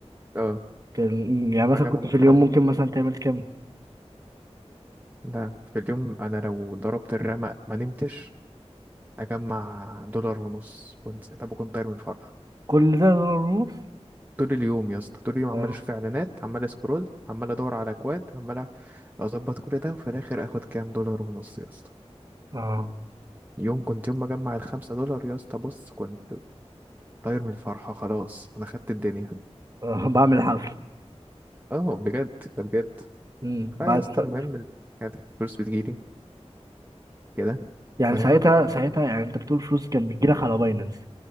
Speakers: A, on the right; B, on the right.
A: اه
B: كان يعني مثلا
A: أجمع
B: كنت
A: مثلا
B: في اليوم ممكن مثلا تعمل كام؟
A: لا في اليوم أنا لو ضربت الرمق ما نمتش أجمع دولار ونص كنت طب كنت طاير من الفرح
B: كل ده دولار ونص
A: طول اليوم يا اسطى طول اليوم عمال
B: اه
A: اشوف اعلانات عمال اسكرول عمال ادور على اكواد عمال اظبط كل ده وفي الاخر اخد كام دولار ونص يا اسطى
B: اه
A: يوم كنت يوم ما اجمع الخمسة دولار يا اسطى بص كنت طاير من الفرحة خلاص انا خدت الدنيا
B: آه، بعمل حفل
A: اه بجد ده بجد
B: امم
A: اه
B: بعد-
A: يا اسطى
B: ف-
A: المهم ال- كانت الفلوس بتجيلي كده
B: يعني
A: فاهم
B: ساعتها ساعتها يعني انت بتقول فلوس كان بتجيلك على باينانس